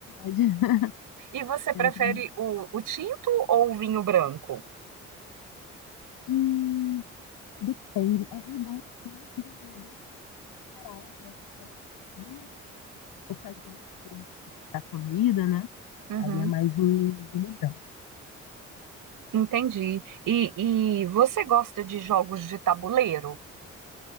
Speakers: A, on the left; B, on the right.
A: Verdade. <laughs>
B: E você prefere
A: É, pra mim.
B: o, o tinto ou o vinho branco?
A: Hum, depende. Ah, Eu gosto muito do vinho geral, né? Mas, hum, Ocasiões, por exemplo, da comida, né?
B: Uhum,
A: Aí é mais um vinho branco.
B: entendi. E, e você gosta de jogos de tabuleiro?